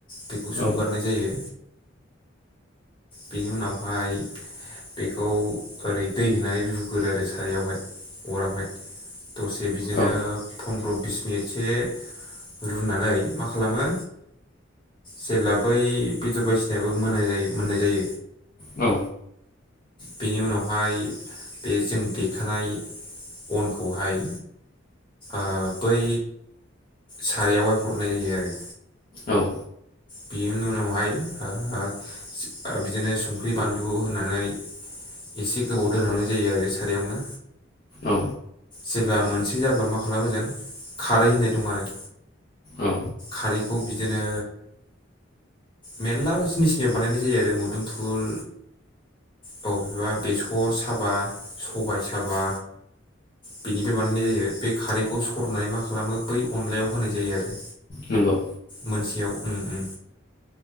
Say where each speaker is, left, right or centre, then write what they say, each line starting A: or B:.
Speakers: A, on the left (about 25°); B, on the left (about 45°).
A: बेखौ संगारनाय
B: औ
A: जायो। बेनि उनावहाय बेखौ ओरै दै होनानै रुग्रोयो आरो सारायावहाय अरावहाय दसे बिदिनो
B: औ
A: फनन्द्र' बिस मिनिटसो रुनानै मा खालामो? जेब्ला बै बेदर बायसिनायाबो मोननाय जायो मोननाय
B: औ
A: बिनि उनाव हाय बे जों देखानाय अनखौहाय ओ बै सारायावहाय हरनाय जायो आरो
B: औ
A: बेनि उनावहाय ओ बिदिनो संख्रि बानलु होनानै एसे गोबाव दोनहांनाय जायो आरो सारयावनो
B: औ
A: जेब्ला मोनसे जाब्ला मा खालामो जों खारै होननाय दं आरो
B: औ
A: खारैखौ बिदिनो मेर्ला जिनिसनिफ्राय बानायनाय जायो आरो मुदुमफुल बबेबा बेसर साबा सबाइ साबा बेनिफ्राय बानायनाय जायो बे खारैखौ सरनानै मा खालामो बै अनलायाव होनाय जायो आरो
B: नंगौ
A: मोनसेयाव उम उम